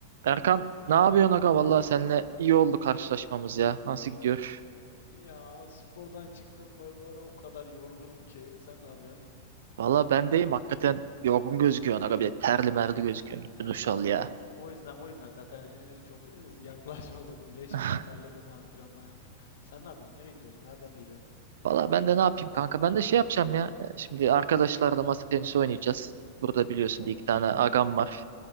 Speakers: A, on the right; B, on the left.
A: Erkan ne yapıyorsun aga? Valla seninle iyi oldu karşılaşmamız ya. Nasıl gidiyor?
B: Ya spordan çıktım böyle böyle o kadar yorgunum ki. Sen ne yapıyorsun?
A: Valla ben deyim hakikaten yorgun gözüküyorsun aga bir de terli merli gözüküyorsun. Git
B: Ya
A: bir duş
B: vallahi
A: al ya.
B: bir- o yüzden o yüzden zaten e, çok e, yaklaşmadım. <laughs> Leş
A: <laughs>
B: gibi terledim, antrenman yaptım. Sen ne yapıyorsun? Nereye gidiyorsun? Nereden geliyorsun?
A: Valla ben de ne yapayım kanka? Ben de şey yapacağım ya. E, Şimdi arkadaşlarla masa tenisi oynayacağız. Burada biliyorsun
B: Of.
A: bir iki tane agam var.